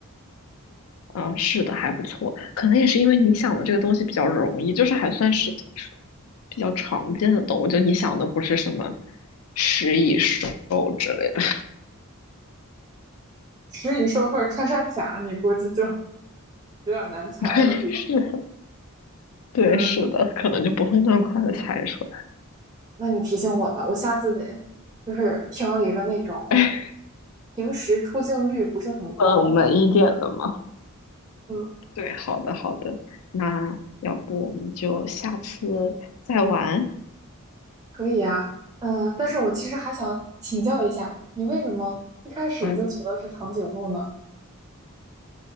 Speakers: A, on the left; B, on the right.
A: 嗯，是的，还不错。可能也是因为你想的这个东西比较容易，就是还算是怎么说，比较常见的动物。就你想的不是什么食蚁兽之类的。
B: 食蚁兽或者穿山甲，你估计就有点难猜了，
A: <laughs> 对，
B: 是吧？
A: 是的，对，
B: 嗯。
A: 是的，可能就不会那么快的猜出来。
B: 那你提醒我了，我下次得就是挑一个那种
A: <laughs> 哎，
B: 平时出镜率不是很高的
A: 冷门一点的嘛。
B: 嗯，
A: 对，好的，好的。那要不我们就下次再玩。
B: 可以啊。呃，但是我其实还想请教一下，你为什么一开始就觉得是长颈鹿呢？
A: 嗯。